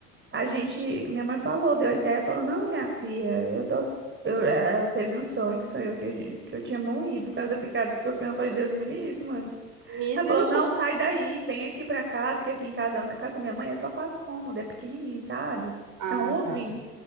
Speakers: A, on the right; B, on the right.
A: a gente, minha mãe falou, deu a ideia, falou: Não, minha filha, eu tô. Eu, ela teve um sonho que sonhou que, a gente- que eu tinha morrido por causa do picado do escorpião. Eu falei: Deus me livre, mãe.
B: Misericórdia.
A: Ela falou: Não, sai daí, vem aqui pra casa, que aqui em casa, na casa da minha mãe, é só quatro cômodos, é pequenininho, sabe?
B: Ah,
A: É um ovinho.
B: tá.